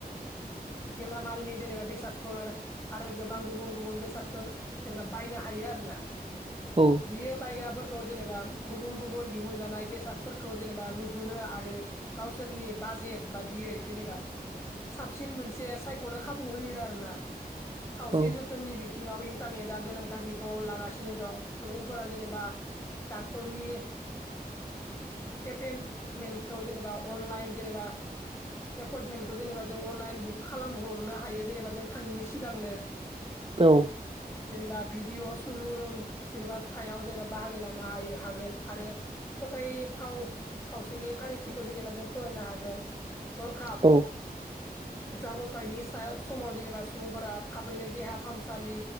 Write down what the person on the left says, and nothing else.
<inaudible> गेलामालनि जेनेबा बेसादफोर आरो गोबां गुबुन गुबुन बेसादफोर जेनेबा बायनो हायो आरो ना।
बियो बायग्राफोरखौ जेनेबा गुबुन गुबुन दिहुनजानाय बेसादफोरखौ जेनेबा रुजुनो आरो गावसोरनि बाजेट बादि यै जेनेबा साबसिन मोनसे सायखनो खाबु होयो आरो ना। सावस्रि
जोथोननि बिथिङाव इन्टारनेटा गोनांथार बि फाव लागासिनो दं। सुबुंफोरा जेनेबा डाक्टरनि एप एन्ड मेन्टखौ जेनेबा अनलाइन जेनेबा एपइन्टमेन्टखौ जेनेबा जों अनलाइन बुक खालामहरनो हायो जेनेबा जों थाङिनि सिगांनो।
जेनेबा भिडिअ सुबुरुन जेनेबा थायाव जेनेबा बाहागो लानो हायो हागोन। आरो फोथायथाव सावस्रिनि खारिथिखौ जेनेबा जों फरायनो हागोन। हरखाब
जाब्रब थायनि साया समाव जेनेबा सुबुंफोरा थाबैनो देहा फाहामसालि